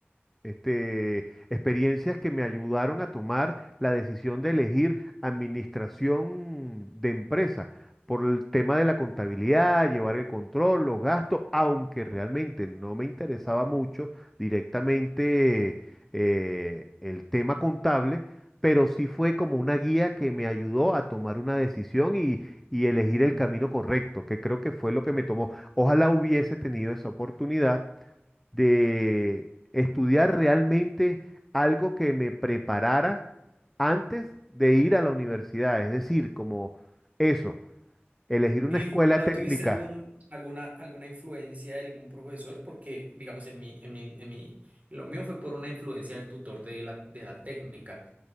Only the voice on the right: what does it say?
Y,
¿Y no
tuviste algún, alguna, alguna influencia de algún profesor? Porque, digamos, en mi, en mi, en mi, lo mío fue por una influencia del tutor de la, de la técnica.